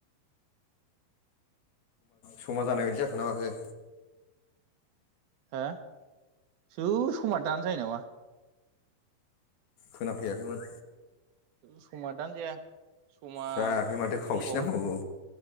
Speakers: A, on the left; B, on the right.
A: समा जानाय बायदि जाखोना माखो
B: हो औ समा दानो जायो नामा
A: खोनाफैयाखैमोन
B: समा दानो जाया समा
A: जायाखै माथो खावसे
B: दंबावो
A: नांबावगौ